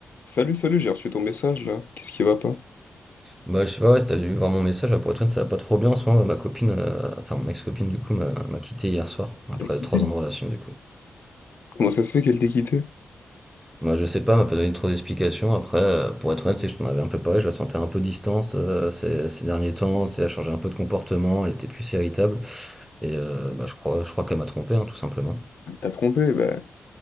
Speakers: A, on the left; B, in the centre.
A: Salut, salut, j'ai reçu ton message là. Qu'est-ce qui va pas?
B: Bah, je sais pas, ouais, si tu dû voir mon message, là, pour être honnête, ça va pas trop bien en ce moment. Ma copine, euh, enfin mon ex-copine du coup, m'a m'a quitté hier soir, après
A: Elle t'a quitté?
B: trois ans de relation du coup.
A: Comment ça se fait qu'elle t'ait quitté?
B: Moi je sais pas, elle m'a pas donné trop d'explications. Après, euh, pour être honnête, c'est que je t'en avais un peu parlé, je la sentais un peu distante euh, ces, ces derniers temps, c'est, elle a changé un peu de comportement, elle était plus irritable. Et euh, bah, je crois, je crois qu'elle m'a trompé, hein, tout simplement.
A: Elle t'a trompé, bah,